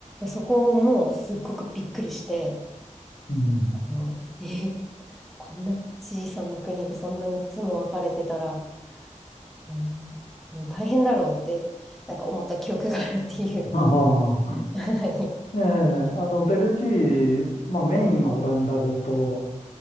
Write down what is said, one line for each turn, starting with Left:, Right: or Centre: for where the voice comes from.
Centre: そこをもうすっごくびっくりして、
Left: うん。
Centre: あのえーこんな小さな国でそんな3つも分かれてたら、うんうん大変だろうって、なんか思った記憶があるっていう。
Left: はは
Centre: <laughs> はい。
Left: ええ、あの、ベルギー、まあメインはオランダ語と、